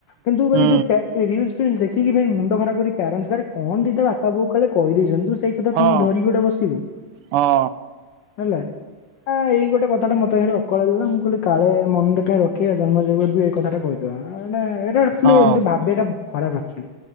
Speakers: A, on the left (about 65°); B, on the right (about 85°).
A: କିନ୍ତୁ ଭାଇ
B: ହୁଁ
A: ଯୋଉ ପ୍ୟା ଏ ରିଲ୍ସ ଫିଲ୍ସ ଦେଖିକି ଭାଇ ମୁଣ୍ଡ ଖରାପ କରି ପ୍ୟାରେଣ୍ଟସ ପାଖରେ କଣ ଦିଟା ବାପା ବୋଉ କାଳେ କହିଦେଇଛନ୍ତି ତୁ ସେଇ କଥା
B: ହଁ
A: ତାଙ୍କୁ ଧରିକି ଗୋଟେ ବସିବୁ
B: ହଁ
A: ହେଲା ଆ ଏଇ ଗୋଟେ କଥାଟା ମତେ ଭାରି ଅକଳିଆ ଲାଗିଲା ମୁଁ କହିଲି କାଳେ ମନରେ କାଇଁ ରଖିବା ଜନ୍ମ ଯୁ ବି ଏଇ କଥାଟା କହିଛି କଣ ଗୋଟେ ଏଇଟା ଗୋଟେ ଥିଲେ
B: ହଁ
A: ଏମିତି ଭାବିବା ଟା ଖରାପ ଆକ୍ଟୁଆଲୀ